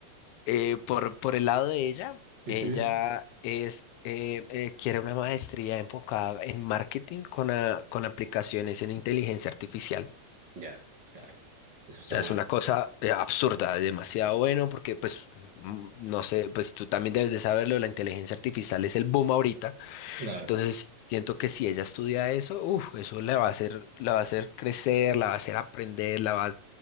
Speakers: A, on the left; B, on the right.
A: Eh, por, por el lado de ella,
B: ujú,
A: ella es, eh, eh, quiere una maestría enfocada en marketing con, a- con aplicaciones en inteligencia artificial.
B: Ya, claro. Eso está
A: O sea,
B: bueno.
A: es una cosa eh, absurda, demasiado bueno, porque pues, mm, no sé, pues tú también debes de saberlo, la inteligencia artificial es el boom ahorita.
B: Claro,
A: Entonces, siento que si ella estudia eso, uf, eso la va a hacer, la va a hacer crecer, la va a hacer aprender, la va,